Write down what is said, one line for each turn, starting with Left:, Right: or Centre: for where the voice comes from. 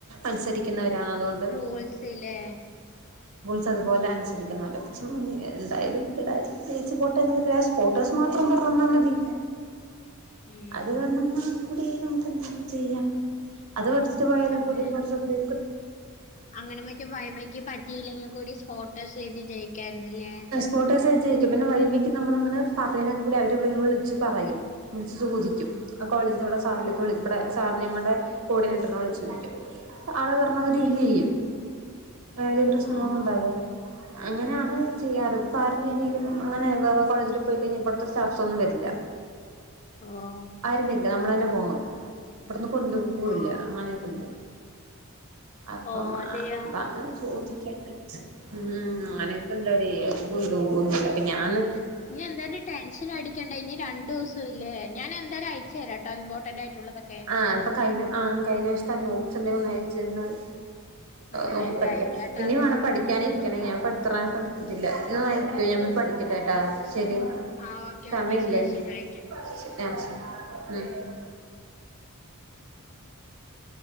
Right: അനുസരിക്കുന്നവരാണ് അതുകൊണ്ട്
Left: റൂൾസിലെ
Right: അ അതുപോലെ അനുസരിക്കുന്ന പോലണ്ട് പക്ഷെ എന്തായാലും പിള്ളേര് ജേച്ച് പോട്ട് എന്ന ഫോട്ടോസ് മാത്രം പറഞ്ഞന്നാൽ മതി.
Left: ഉം
Right: അത് പറഞ്ഞന്നാ കൂടി നമുക്ക് എന്തേലും ചെയ്യാം. അത് പഠിച്ചിട് പോയാലും
Left: അതെ
Right: കൂടി വർഷത്തില്ക്ക്
Left: അങ്ങനെ മറ്റും വൈവൈക്ക് പറ്റിയില്ലെങ്കി കൂടി സ്പോർട്ടസ് എഴുതി ജയിക്കാാരുന്നല്ലേ.
Right: ഫോട്ടോസ് അയച്ചിരിക്കും പിന്നെ വൈവിക്ക് നമ്മളിങ്ങനെ പറയലും കൂടി അവരെവിടെ വിളച്ച് പറയും വിളിച്ചു ചോദിക്കും. കോളേജിൽ ഇവിടെ സാറിലേക്ക് ഇവിടെ സാറി ഞങ്ങളുടെ കോർഡിനേറ്ററിനെ വിളിച്ചോദിക്കും. ആള് പറഞ്ഞത് ഡീല് ചെയ്യും വലിയ പ്രശ്നങ്ങളൊന്നും
Left: ആഹ്
Right: ഉണ്ടാവാതെ അങ്ങനെയാണ് ചെയ്യാറ് സാറിന്റെറെ ആണെങ്കിലും അങ്ങനെ വേറെ കോളജിൽ പോയിക്കഴിഞ്ഞാൽ ഇവിടുത്തെ സ്റ്റാഫ്സ് ഒന്നും വരില്ല.
Left: ഓഹ്
Right: ആരുന്നില്ല നമ്മളന്നെ പോണം. ഇവിടന്ന് കൊണ്ട് പോവില്ല
Left: ആഹ്
Right: അങ്ങനെയൊക്കെ ഇണ്ട്. അപ്പം
Left: ഓഹ് അതെയാ
Right: അതാണ് ചോദിക്കൻ. ഉം അങ്ങനൊക്കെ ഇണ്ടടി കൊണ്ടോകൊന്നില്ല ഇപ്പ ഞാന്.
Left: നീ എന്തായാലും ടെൻഷൻ അടിക്കണ്ട ഇനി രണ്ടു ദിവസം ഇല്ലേ ഞാൻ എന്തായാലും അയച്ച. അയച്ചേരാ കേട്ടോ ഇമ്പോർട്ടന്റ് ആയിട്ടുള്ളതൊക്കെ.
Right: ആപ്പൊ കഴിഞ്ഞു. ആ കഴിഞ്ഞ വർഷത്ത ആ നോട്സ് ഉണ്ടെങ്കിൽ ഒന്ന അയച്ചു എന്നാൽ
Left: ആഹ്
Right: നോക്കി
Left: അയക്കാം
Right: പഠിക്കാം
Left: അയക്കാട്ടാ
Right: ഇനി വേണം പഠി ക്കാൻ ഇരിക്കണ ഞാൻ ഇത്ര പഠത്തിട്ടില്ല. ശരി പഠിക്കട്ടെട്ടാ ശരി
Left: ആഹ് ഓക്കെ
Right: സമയല്ല
Left: ഓക്കെ ശരി
Right: ഇനി.
Left: ശരി അയക്കാം
Right: ആ ശരി ഉം.
Left: ഉ